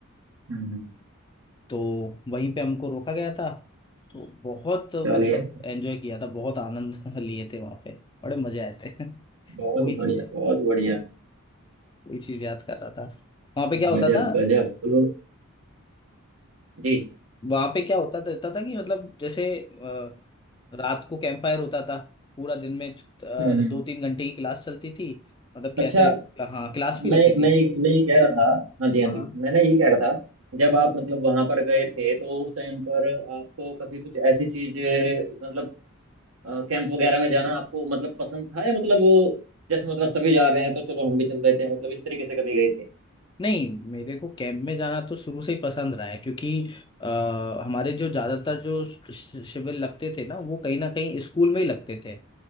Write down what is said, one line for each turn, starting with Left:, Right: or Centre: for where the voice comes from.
Right: हम्म हम्म,
Left: तो वहीं पे हमको रोका गया था तो बहुत
Right: चलिए
Left: मतलब एंजॉय किया था बहुत आनंद <laughs> लिए थे वहां पे बड़े मजे आए थे <laughs> तो
Right: बहुत
Left: वही चीज
Right: बढ़िया बहुत बढ़िया
Left: वही चीज याद कर रहा था वहां पे क्या होता
Right: गजब
Left: था
Right: गजब तो जी
Left: वहां पे क्या होता था होता था कि मतलब जैसे अ, रात को कैंप फायर होता था पूरा दिन में
Right: हम्म हम्म।
Left: दो तीन घंटे की क्लास चलती थी मतलब कैसे
Right: अच्छा
Left: हाँ क्लास भी
Right: मैं
Left: रहती थी
Right: मैं ये- मैं ये कह रहा था हाँ जी हाँ
Left: हाँ
Right: जी
Left: हाँ।
Right: मैं ना ये कह रहा था जब आप मतलब वहां पर गए थे तो उस टाइम पर आपको कभी कुछ ऐसी चीज मतलब कैंप वगैरह में जाना आपको मतलब पसंद था या मतलब वो जैसे मतलब सभी जा रहे हैं तो चलो हम भी चल देते हैं मतलब इस तरीके से कभी गए थे
Left: नहीं मेरे को कैंप में जाना तो शुरू से ही पसंद रहा है क्योंकि आ, हमारे जो ज्यादातर जो शि- शिविर लगते थे ना वो कहीं ना कहीं स्कूल में ही लगते थे